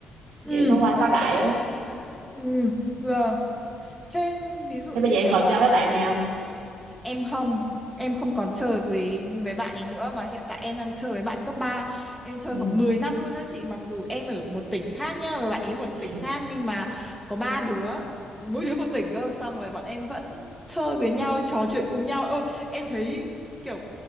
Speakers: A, in the centre; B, on the right.
A: Ừ,
B: kiểu có qua có lại á.
A: ừ, vâng. Thế ví dụ
B: thế
A: như
B: bây giờ em
A: kiểu
B: còn
A: là
B: chơi với bạn này không
A: em không em không còn chơi với với bạn ấy nữa mà hiện tại em đang chơi với bạn cấp ba em chơi
B: ừ
A: khoảng 10 năm luôn đó chị mặc dù em ở một tỉnh khác nhá và bạn ấy một
B: ừ
A: tỉnh khác nhưng mà có ba đứa mỗi đứa một tỉnh cơ xong rồi bọn em vẫn chơi với nhau trò chuyện cùng nhau ơ em thấy kiểu